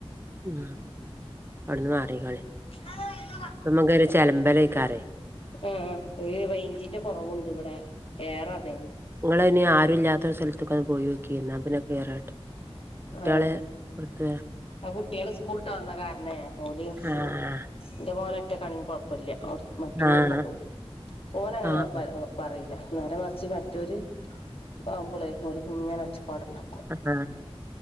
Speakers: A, on the right; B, on the left.
A: ഉം അവിട്ന്ന് മാറിക്കാളി.
B: <inaudible>
A: നമ്മക്കൊരേ ചെലമ്പലക്കാരെയ്.
B: ആ ആ ഒര് റൈഞ്ചിന്റെ കൊറവുണ്ട് ഇവടെ ഏറെ അതേന്നു.
A: ഇങ്ങളൈന് ആരുല്ലാത്തൊരു സ്ഥൽത്ത്ക്കൊന്ന് പോയോക്കീ ന്നാ പിന്നെ ക്ലിയറായി കുട്യാള്
B: ആ
A: <unintelligible>
B: ആ കുട്യാള് സ്കൂൾട്ട് വന്ന കാര്ണേ ഓല്
A: ആഹ്
B: ഇൻ്റെ മോന് ഒറ്റക്കാണെങ്കി കൊഴപ്പല്ല. മറ്റുള്ളവർക്ക്
A: ആഹ്
B: ഓനങ്ങനെ
A: ആഹ്
B: പ പറീല നേരെ മറിച്ച് മറ്റോര് ആവ്മ്പളെ ഓര്ങ്ങനെ ഒച്ചപ്പാട്ണ്ടാക്കും.
A: ആ